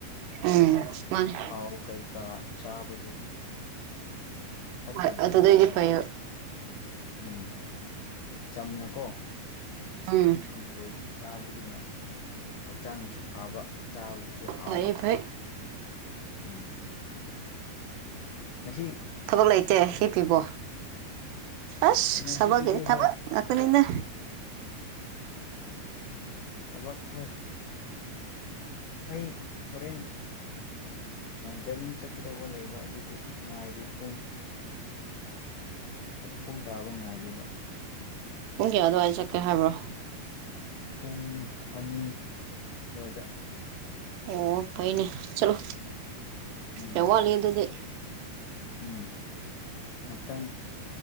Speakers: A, on the right; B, on the left.
A: ꯎꯝ ꯃꯥꯅꯦ
B: ꯍꯥꯎ ꯀꯩꯀꯥ ꯆꯥꯕꯗꯨ ꯐꯠꯇꯦꯛ
A: ꯍꯣꯏ ꯑꯗꯨꯗꯩꯗꯤ
B: ꯆꯥꯟꯗꯤ
A: ꯐꯩꯌꯦꯕ
B: ꯎꯝ ꯆꯝꯅꯀꯣ
A: ꯎꯝ
B: ꯑꯗꯨꯝ ꯀꯥꯡꯁꯣꯏ ꯆꯥꯕꯗꯨꯅ ꯍꯛꯆꯥꯡꯒꯤꯁꯨ ꯐꯥꯕ ꯆꯥꯕꯗꯨꯁꯨ ꯍꯥꯎꯕ
A: ꯐꯩꯌꯦ ꯐꯩ
B: ꯎꯝ ꯉꯁꯤ
A: ꯊꯕꯛ ꯂꯩꯇꯦ ꯍꯤ ꯄꯤꯕꯣ ꯑꯁ
B: ꯉꯁꯤꯒꯤꯗꯤ
A: ꯁꯕꯒꯤꯅꯦ ꯊꯕꯛ
B: ꯍꯣꯏ
A: ꯉꯥꯛꯇꯅꯤꯅꯦ
B: ꯊꯕꯛ ꯍꯣꯏ ꯑꯩ ꯍꯣꯔꯦꯟ ꯖꯔꯅꯤ ꯆꯠꯀꯗꯧꯕ ꯂꯩꯕ ꯑꯗꯨꯒꯤ ꯉꯥꯏꯔ ꯄꯨꯡ ꯄꯨꯡ ꯇꯥꯕ ꯉꯥꯏꯔꯤꯕ
A: ꯍꯪ ꯌꯥꯗꯣ ꯋꯥꯏ ꯆꯀꯦ ꯍꯥꯏꯕ꯭ꯔꯣ
B: ꯄꯨꯡ ꯑꯅꯤ ꯑꯗꯨꯋꯥꯏꯗ
A: ꯑꯣ ꯐꯥꯏꯅꯦ ꯆꯂꯣ
B: ꯎꯝ
A: ꯍ ꯋꯥꯜ ꯌꯦ ꯑꯗꯨꯗꯤꯦ
B: ꯎꯝ ꯉꯥꯇꯪ